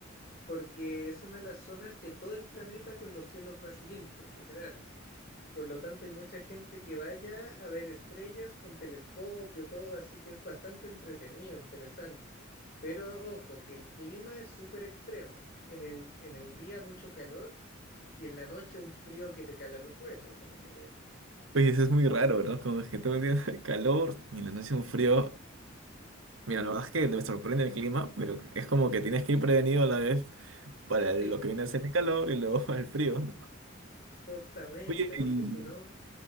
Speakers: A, on the left; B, on the right.
A: porque es una de las zonas de todo el planeta con los cielos más limpios, literal. Por lo tanto, hay mucha gente que vaya a ver estrellas con telescopio, todo, así que es bastante entretenido, interesante. Pero ojo, que el clima es súper extremo. En el, en el día mucho calor y en la noche un frío que te cala los huesos, con eso te digo.
B: Oye, eso es muy raro, ¿no? Como es que todo el día <laughs> calor y la noche un frío Mira, la verdad es que me sorprende el clima, pero es como que tienes que ir prevenido a la vez para
A: Sí,
B: lo que viene a ser el calor y luego <laughs> el frío, ¿no?
A: justamente,
B: Oye,
A: porque
B: y,
A: si no,